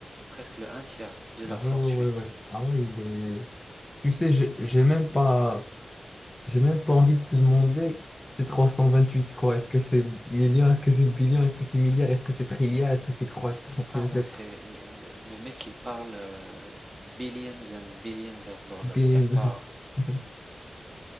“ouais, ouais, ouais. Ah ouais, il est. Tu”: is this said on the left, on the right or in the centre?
Left